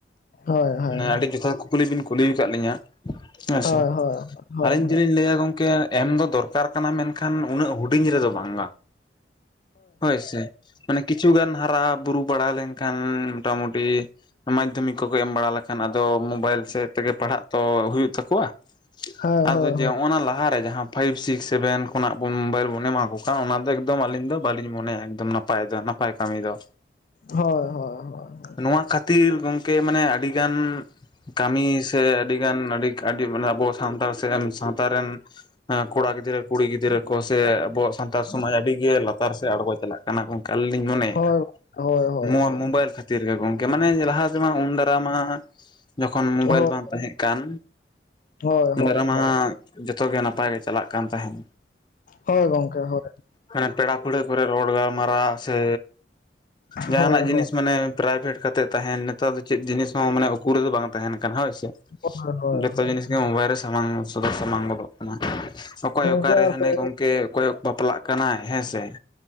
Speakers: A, on the left; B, on the left.
A: ᱦᱳᱭ ᱦᱳᱭ
B: ᱢᱟᱱᱮ ᱟᱹᱰᱤ ᱡᱚᱛᱷᱟᱛ ᱠᱩᱠᱞᱤ ᱵᱤᱱ ᱠᱩᱞᱤ ᱟᱠᱟᱫ ᱞᱤᱧᱟ ᱦᱮᱸᱥᱮ
A: ᱦᱳᱭ ᱦᱳᱭ ᱦᱳᱭ
B: ᱟᱹᱞᱤᱧ ᱡᱤᱞᱤᱧ ᱞᱟᱹᱭᱟ ᱜᱚᱝ ᱠᱮ ᱮᱢ ᱫᱚ ᱫᱚᱨᱠᱟᱨ ᱠᱟᱱᱟ ᱢᱮᱱᱠᱷᱟᱱ ᱩᱱᱟᱹᱜ ᱦᱩᱰᱤᱧ ᱨᱮᱫᱚ ᱵᱟᱝᱼᱟ᱾ ᱦᱳᱭ ᱥᱮ, ᱢᱟᱱᱮ ᱠᱤᱪᱷᱩ ᱜᱟᱱ ᱦᱟᱨᱟ ᱵᱩᱨᱩ ᱵᱟᱲᱟ ᱞᱮᱱᱠᱷᱟᱱ ᱢᱚᱴᱟᱢᱩᱴᱤ ᱢᱟᱫᱽᱫᱷᱚᱢᱤᱠ ᱠᱚᱠᱚ ᱮᱢ ᱵᱟᱲᱟ ᱵᱟᱠᱷᱟᱱ ᱟᱫᱚ ᱢᱳᱵᱟᱭᱤᱞ ᱥᱮᱫ ᱛᱮᱜᱮ ᱯᱟᱲᱦᱟᱜ ᱛᱚ ᱦᱩᱭᱩᱜ ᱛᱟᱠᱚᱣᱟ᱾
A: ᱦᱳᱭ ᱦᱳᱭ
B: ᱟᱫᱚ
A: ᱦᱳᱭ
B: ᱡᱮ ᱚᱱᱟ ᱞᱟᱦᱟ ᱨᱮ ᱡᱟᱦᱟᱸ ᱯᱷᱟᱭᱤᱵᱽ ᱥᱤᱠᱥ ᱥᱮᱵᱷᱮᱱ ᱠᱷᱚᱱᱟᱜ ᱵᱚᱱ ᱢᱳᱵᱟᱭᱤᱞ ᱵᱚᱱ ᱮᱢᱟ ᱠᱚ ᱚᱱᱟ ᱫᱚ ᱮᱠᱫᱚᱢ ᱟᱞᱤᱧ ᱫᱚ ᱵᱟᱞᱤᱧ ᱢᱚᱱᱮᱭᱟ ᱮᱠᱫᱚᱢ ᱱᱟᱯᱟᱭ ᱫᱚ ᱱᱟᱯᱟᱭ ᱠᱟᱹᱢᱤ ᱫᱚ᱾
A: ᱦᱚᱭ ᱦᱚᱭ ᱦᱚᱭ᱾
B: ᱱᱚᱣᱟ ᱠᱷᱟᱹᱛᱤᱨ ᱜᱚᱝᱠᱮ ᱢᱟᱱᱮ ᱟᱹᱰᱤ ᱜᱟᱱ ᱠᱟᱢᱤ ᱥᱮ ᱟᱹᱰᱤᱜᱟᱱ ᱟᱹᱰᱤ ᱟᱹᱰᱤ ᱢᱟᱱᱮ ᱟᱵᱚ ᱥᱟᱱᱛᱟᱲ ᱥᱮᱱ ᱥᱟᱶᱛᱟ ᱨᱮᱱ ᱠᱚᱲᱟ ᱜᱤᱫᱽᱨᱟᱹ ᱠᱩᱲᱤ ᱜᱤᱫᱽᱨᱟᱹ ᱠᱚ ᱥᱮ ᱟᱵᱚᱣᱟᱜ ᱥᱟᱱᱛᱟᱲ ᱥᱚᱢᱟᱡᱽ ᱟᱹᱰᱤᱜᱮ ᱞᱟᱛᱟᱨ ᱥᱮᱜ ᱟᱬᱜᱚ ᱪᱟᱞᱟᱜ ᱠᱟᱱᱟ ᱜᱚᱝ ᱠᱟᱞ ᱞᱤᱧ ᱢᱚᱱᱮᱭᱮᱜᱼᱟ
A: ᱦᱳᱭ ᱦᱳᱭ ᱦᱳᱭ
B: ᱱᱚᱣᱟ
A: ᱦᱳᱭ
B: ᱢᱳᱵᱟᱭᱤᱞ ᱠᱷᱟᱛ ᱛᱤᱨᱜᱮ ᱜᱚᱝᱠᱮ ᱢᱟᱱᱮ ᱞᱟᱦᱟ ᱛᱮᱢᱟ ᱩᱱ ᱫᱟᱨᱟ ᱢᱟ ᱡᱚᱠᱷᱚᱱ ᱢᱳᱵᱟᱭᱤᱞ
A: ᱦᱳᱭ
B: ᱵᱟᱝ ᱛᱟᱦᱮᱜ ᱠᱟᱱ
A: ᱦᱳᱭ ᱦᱳᱭ
B: ᱫᱟᱨᱟ ᱢᱟᱱᱟ
A: ᱦᱳᱭ
B: ᱡᱚᱛᱚᱜᱮ ᱱᱟᱯᱟᱭ ᱜᱮ ᱪᱟᱞᱟᱜ ᱠᱟᱱ ᱛᱟᱦᱮᱸᱱ᱾
A: ᱦᱳᱭ ᱜᱚᱝᱠᱮ, ᱦᱳᱭ᱾
B: ᱦᱮᱸ, ᱯᱮᱲᱟ ᱯᱟᱹᱲᱦᱟᱹ ᱠᱚᱨᱮ ᱨᱚᱲ ᱜᱟᱞᱢᱟᱨᱟᱣ ᱥᱮ ᱡᱟᱦᱟᱱᱟᱜ
A: ᱦᱳᱭ ᱦᱳᱭ
B: ᱡᱤᱱᱤᱥ ᱢᱟᱱᱮ ᱯᱨᱟᱭᱵᱷᱮᱴ ᱠᱟᱛᱮᱫ ᱛᱟᱦᱮᱱ ᱱᱮᱛᱟᱨ ᱫᱚ ᱪᱤᱱ ᱦᱚᱸ ᱢᱟᱱᱮ ᱩᱠᱩ ᱨᱮᱫᱚ ᱵᱟᱝ ᱛᱟᱦᱮᱱ ᱠᱟᱱᱟ ᱦᱚᱭᱥᱮ,
A: ᱦᱳᱭ
B: ᱡᱚᱛᱚ
A: ᱦᱳᱭ
B: ᱡᱤᱱᱤᱥ ᱢᱳᱵᱟᱭᱤᱞ ᱨᱮ ᱥᱟᱢᱟᱝ ᱥᱚᱫᱚᱨ ᱥᱟᱢᱟᱝ ᱜᱚᱫᱚᱜ ᱠᱟᱱᱟ ᱚᱠᱚᱭ
A: ᱜᱚᱝᱠᱮ
B: ᱚᱠᱟᱨᱮ
A: ᱟᱯᱮ
B: ᱦᱟᱱᱮ ᱜᱚᱝ ᱠᱮ ᱚᱠᱚᱭ ᱵᱟᱯᱞᱟᱜ ᱠᱟᱱᱟᱭ ᱦᱮᱸ ᱥᱮ